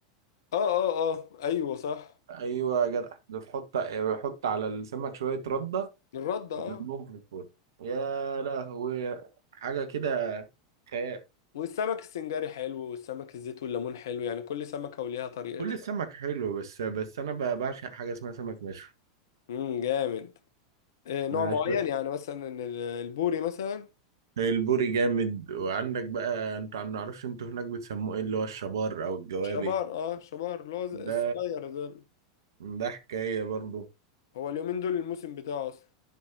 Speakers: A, on the left; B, on the right.
A: اه اه اه ايوه صح
B: أيوة يا جدع بتحط يحط على السمك شوية ردة
A: الرد اه
B: وبيضربهم في الفرن يا لهوي حاجة كده خيال
A: والسمك السنجاري حلو والسمك الزيت والليمون حلو يعني كل سمكة وليها طريقتها
B: كل السمك حلو بس بس أنا ب- بعشق حاجة اسمها سمك مشوي
A: امم جامد إيه نوع
B: أنا
A: معين
B: عشق
A: يعني مثلا ال- البوري مثلا
B: البوري جامد وعندك بقى أنت ما أعرفش أنتوا هناك بتسموه إيه اللي هو الشبار أو الجوابي
A: شبار اه شبار اللي هو زي-
B: ده
A: الصغير ده
B: ده حكاية برضو
A: هو اليومين دول الموسم بتاعه اصلا